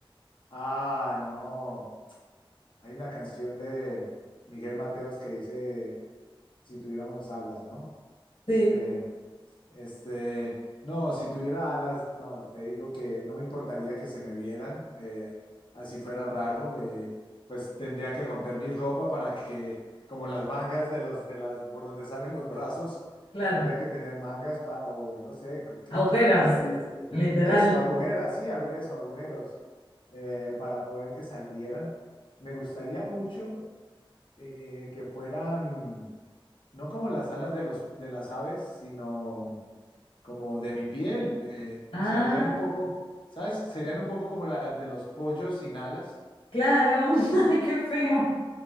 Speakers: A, on the left; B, on the left.
A: Ah, no. Hay una canción de Miguel Mateos que dice, si tuviéramos alas, ¿no?
B: sí,
A: Este, este, no, si tuviera alas, no, te digo que no me importaría que se me vieran, eh, así fuera raro, eh, pues tendría que romper mi ropa para que, como las mangas de los, de las, por donde salen los brazos,
B: claro,
A: tendría que tener mangas pa- o no sé, ¿qué,
B: agujeros,
A: qué- cómo se dice eso?
B: literal.
A: Eso, agujeras, sí, agu- eso, agujeros eh, para poder que salieran. Me gustaría mucho eh, que fueran, no como las alas de los, de las aves, sino como de mi piel. eh,
B: Ah,
A: serían un poco, ¿sabes? Serían un poco como las de los pollos sin alas.
B: claro, <laughs> ay, qué feo,